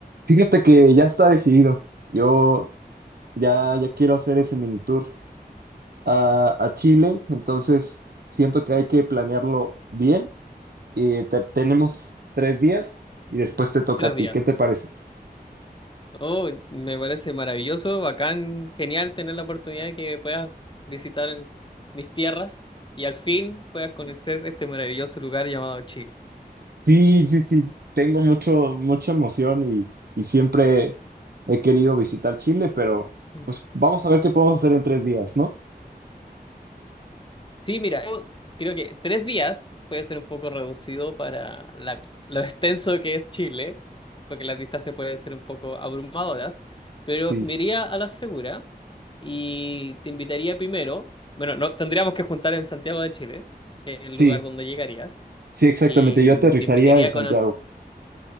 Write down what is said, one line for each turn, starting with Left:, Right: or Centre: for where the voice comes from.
Right: Fíjate que ya está decidido. Yo ya, ya quiero hacer ese mini tour a, a Chile, entonces siento que hay que planearlo bien. Eh, te- tenemos tres días y después te toca
Left: Tres
Right: a ti.
Left: días.
Right: ¿Qué te parece?
Left: Oh, me parece maravilloso, bacán, genial tener la oportunidad de que puedas visitar mis tierras y al fin puedas conocer este maravilloso lugar llamado Chile.
Right: Sí, sí, sí. Tengo mucho, mucha emoción y, y siempre he querido visitar Chile, pero
Left: Mm.
Right: pues vamos a ver qué podemos hacer en tres días, ¿no?
Left: Sí, mira, yo creo que tres días puede ser un poco reducido para la- lo extenso que es Chile, porque las distancias pueden ser un poco abrumadoras, pero
Right: Sí,
Left: me iría a la segura y te invitaría primero, bueno, no, tendríamos que juntar en Santiago de Chile, que es el
Right: sí,
Left: lugar donde llegarías.
Right: sí, exactamente.
Left: Y mm,
Right: Yo aterrizaría
Left: te invitaría
Right: en
Left: a conocer.
Right: Santiago.